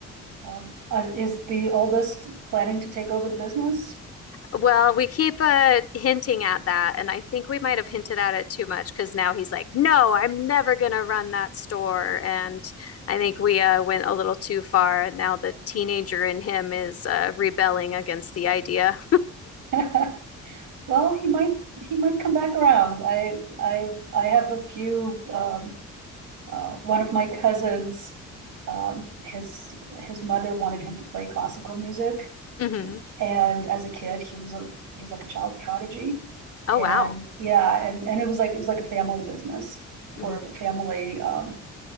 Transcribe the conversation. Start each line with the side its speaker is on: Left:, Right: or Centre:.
Right: Um, uh, is the oldest planning to take over the business?
Left: Well, we keep uh hinting at that, and I think we might have hinted at it too much because now he's like, "No, I'm never gonna run that store." And I think we uh went a little too far, and now the teenager in him is uh rebelling against the idea.
Right: <laughs> Well, he might, he might come back around. I, I, I have a few, um, uh, one of my cousins. Um, his, his mother wanted him to play classical music.
Left: Mm-hmm.
Right: And as a kid, he was a, he was like a child prodigy.
Left: Oh,
Right: And
Left: wow.
Right: yeah, and, and it was like, it was like a family business or
Left: Mm-hmm.
Right: a family, um,